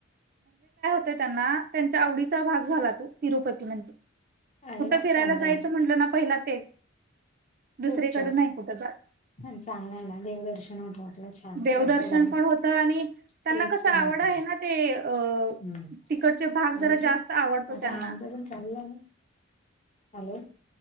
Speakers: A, on the right (about 45°); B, on the left (about 35°).
A: त्यांच्या आवडीचा भाग झाला तो तिरुपती.
B: छान- अरे वा
A: फिरायलाजायचं
B: चांगलं आहे
A: म्हटलं ना पहिला ते दुसरीकडे
B: खूप छान
A: नाही कुठं जात
B: चांगलआहे ना देवदर्शन होत. आप छान
A: देवदर्शन
B: वर्षभर
A: पण होतं आणि त्यांना
B: ट्रिप
A: कसं
B: पण
A: आवड
B: होत्या
A: आहे ना ते अ
B: हम्
A: तिकडचे भाग जरा जास्त
B: <unintelligible>
A: आवडतो
B: आता
A: त्यांना
B: आमचं पण चाललं.